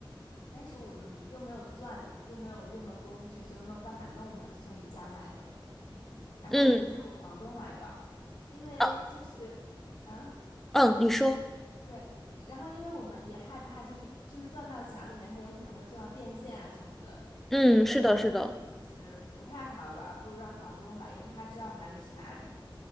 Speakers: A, on the left; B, in the centre.
A: 但是我们又没有钻，又没有任何工具，就没有办法弄嘛，就从宜家买的。然后我就叫我房东来搞，
B: 嗯
A: 因为就是啊，
B: 啊嗯，你说，
A: 对，然后因为我们也害怕，就是就是钻到墙里面，它有可能会钻到电线啊什么的，
B: 嗯，
A: 就
B: 是的，是的，
A: 其实不太好搞，啊不如让房东来，因为他知道哪里是哪里。